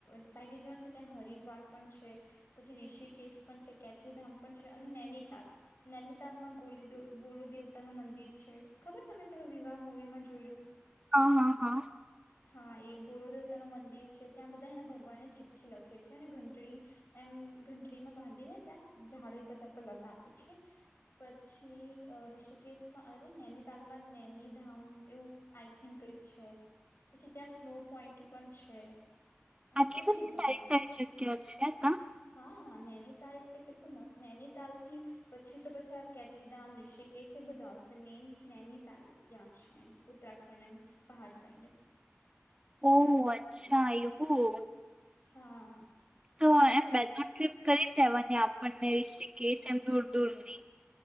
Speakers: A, on the left (about 55°); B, on the right (about 20°).
A: સાઈડ જવાનું છે ત્યાં હરિદ્વાર પણ છે પછી ઋષિકેશ પણ છે કેચીધામ પણ છે અને નૈનીતાલ નૈનીતાલમાં ગોલી ગોલુ દેવતા નું મંદિર છે ખબર તમે પેલા વિવાહ મુવીમાં જોયલું.
B: હ હા હા.
A: હા એ ગુરુદેવતા ન મંદિર છે ત્યાં બધા એને ભગવાનને ચિઠ્ઠી લખે છે અનેને ઘંટડી એમ ઘંટડીમાં બાંધીને ત્યાં ઝાડે બધા પર લગાવે છે પછી ઋષિકેશમાં અરે નૈનીતાલમાં નૈનીધામ એવું આઈ થિક કઈ છે. પછી ત્યાં સ્નો પોઈન્ટ પણ છે અને
B: આટલી
A: બહુ
B: બધી
A: જગ્યા
B: સારી
A: છે
B: સારી જગ્યા છે તા
A: હા નૈનીતાલ એટલે કેટલું મસ્ત નૈનીતાલ થી પછી તો પછા કેચીધામ ઋષિકેશ એ બધું આવશે મેઈન નૈનીતાલ ત્યાં છે એમ ઉત્તરાખંડ એમ પહાડ સાઈડ
B: ઓહ અચ્છા એવુ.
A: હા.
B: તો એમ બે ત્રણ ટ્રીપ. કરી દેવાની આપણને રિ ક છે એમ દૂર દૂર નની